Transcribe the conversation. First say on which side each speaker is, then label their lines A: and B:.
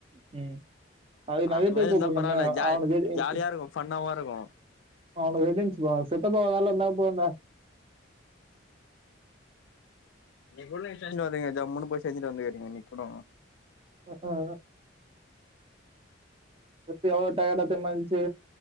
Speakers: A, on the right (about 30°); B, on the left (about 65°).
A: ம் அதுக்கு நெறைய
B: அந்த மாரி
A: பேர் கூப்புட்னுமே
B: இருந்தா பரவால்ல ஜாலி
A: அவனுக்கு எது
B: ஜாலியா
A: க்கு
B: இருக்கு ஃபன்னாவு இருக்கு
A: அவனுக்கு இருந்ச்சுப்பா, சித்தப்பா வேல இருந்தா போயிருண்டா
B: இன்னைக்குள்ள சேஞ்ச்சாவுதுங்க ஜம்முனு போய் செஞ்சிட்டு வந்துக்கிறிங்க இன்னைக்கி கூட
A: ம்கும் திருப்பி எவ்ளோ டயர்டா தெரிமா இருந்துச்சு